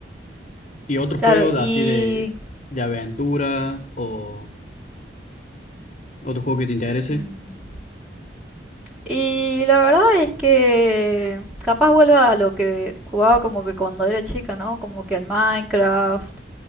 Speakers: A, on the left; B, in the centre.
A: ¿Y otro juego
B: Claro,
A: de,
B: y...
A: así de, de aventura o otro juego que te interese?
B: mm, Y la verdad es que capaz vuelva a lo que jugaba como que cuando era chica, ¿no? Como que al Minecraft